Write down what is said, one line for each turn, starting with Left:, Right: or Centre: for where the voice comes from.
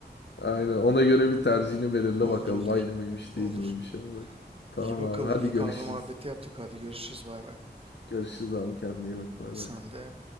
Left: Aynen. Ona göre bir tercihini belirle
Right: Olur
Left: bakalım.
Right: olur.
Left: Aynı mıymış
Right: Olur.
Left: değil miymiş abi. Tamam
Right: İyi bakalım.
Left: abi. Hadi
Right: İyi
Left: görüşürüz.
Right: kahve muhabbeti yaptık. Hadi görüşürüz. Bay bay.
Left: Görüşürüz abi kendine iyi bak bay
Right: Sen
Left: bay.
Right: de.